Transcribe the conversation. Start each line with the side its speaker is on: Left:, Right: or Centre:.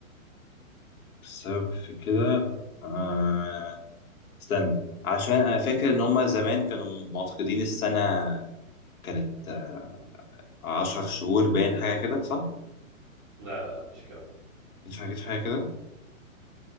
Left: السبب في كده آه استنى عشان انا فاكر ان هما زمان كانوا معتقدين السنة كانت آه، عشر شهور باين حاجة كده صح؟
Right: لا لا لا مفيش كلام
Left: مش حاجة حاجة كده